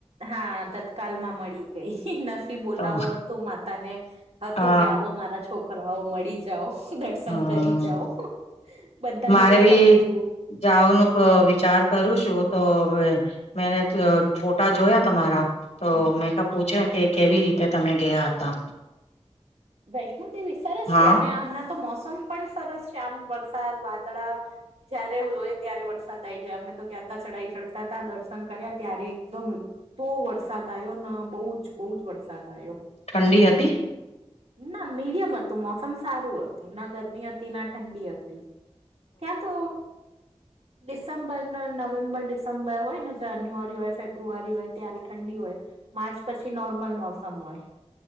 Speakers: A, on the right; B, on the left.
A: હા તત્કાલ માં મળી ગઈ નસી બોલાવું
B: તો
A: હતું માતા ને. હતું
B: અ
A: કે આવો મારા છોકરાઓ મળી જાઓ દર્શન
B: હમ
A: કરી જાઓ. બધાને
B: મારે
A: એવું
B: ભી
A: થતું તું
B: જાઓનું
A: હમ
B: વિચાર કરું છું, તો મે ફોટા જોયા તમારા તો
A: હમ હમ
B: મેકઅપ પૂછે કે કેવી રીતે તમે ગયા હતા?
A: વૈષ્ણુ તેવી સરસ
B: હા
A: છે, અને હમણાં તો મોસમ પણ સરસ છે, આમ વરસાદ વાદળા જયારે હોય ત્યારે વરસાદ આઈ જાય અમે તો ગ્યાંતા ચઢાઈ ચડતા ત દર્શન કર્યા ત્યારે એકદમ તો વરસાદ આવ્યો બહુ જ બહુ જ વરસાદ આવ્યો.
B: ઠંડી હતી?
A: ના મીડિયમ હતું મોસમ સારું હતું ના ગરમી હતી ના ઠંડી હતી. ત્યાં તો ડિસેમ્બર નવેમ્બર ડિસેમ્બર હોય ને જાન્યુઆરી હોય ફેબ્રુઆરી હોય ત્યારે ઠંડી હોય. માર્ચ પછી નોર્મલ મોસમ હોય.